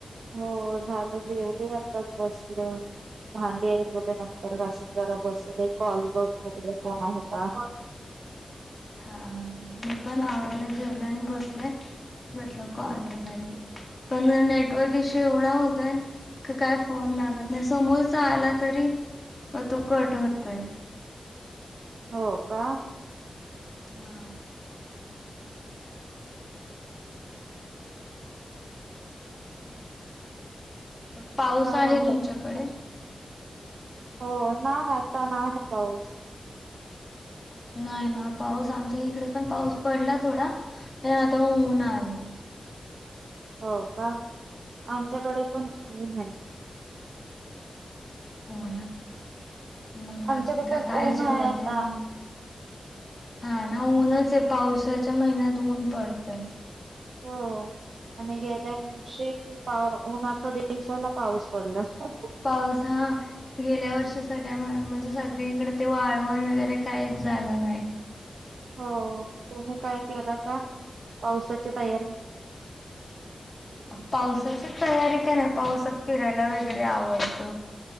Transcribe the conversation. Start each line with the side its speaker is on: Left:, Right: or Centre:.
Right: हो झालं जेवली आत्ताच बसले होते. भांडी वगैरे नंतर घासी जरा बसू दे कॉल बघू दे कोण आहे का?
Left: <inaudible> हा मी पण आवरल जेवलं आणि बसले म्हटलं कॉल वगैरे. पण नेटवर्क इश्यु एवढा होतय क काय फोन लागत नाही समोरचा आला तरी तो कट होतय.
Right: हो का?
Left: हा... पाऊस
Right: नाही
Left: आहे
Right: <unintelligible>
Left: तुमच्याकडे?
Right: नाही. हो नाही आता नाही ना पाऊस.
Left: नाही ना पाऊस आमच्या इकडे पण पाऊस पडला थोडा आता ऊन आलय
Right: हो का आमच्याकडे पण ऊन हाय.
Left: बोला मंग बाकी
Right: आमच्याकडे
Left: का
Right: पण
Left: काय
Right: ऊन
Left: जेवला
Right: आहे आता.
Left: तुम्ही. हा ना ऊनच आहे पावसाच्या महिन्यात ऊन पडतंय.
Right: हो आणि गेल्या वर्षी पा उन्हाच. दिवसाला पाऊस पडला. <unintelligible>
Left: पाऊस हा गेल्या वर्षी सगळ्या म्हणजे सगळीकडे ते वाळवण वगैरे काहीच झालं नाही.
Right: हो तुम्ही काय केला का पावसाची तयारी.
Left: पावसाची तयारी का नाही पावसात फिरायला वगैरे आवडत.